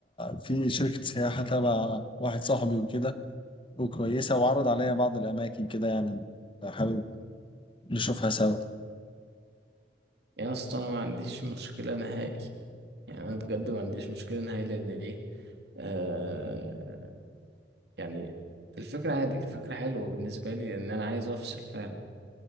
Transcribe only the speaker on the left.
في شركه سياحه تبع واحد صاحبي وكده وكويسه وعرض عليا بعض الاماكن كده يعني لو حابب نشوفها سوا